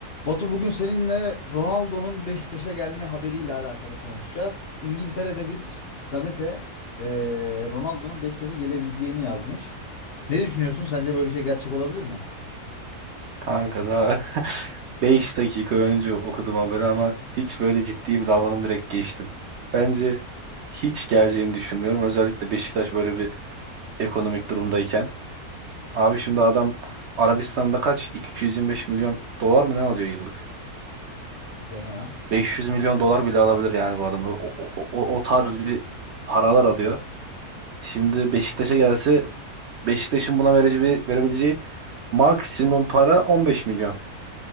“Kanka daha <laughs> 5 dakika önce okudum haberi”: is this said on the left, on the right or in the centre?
Right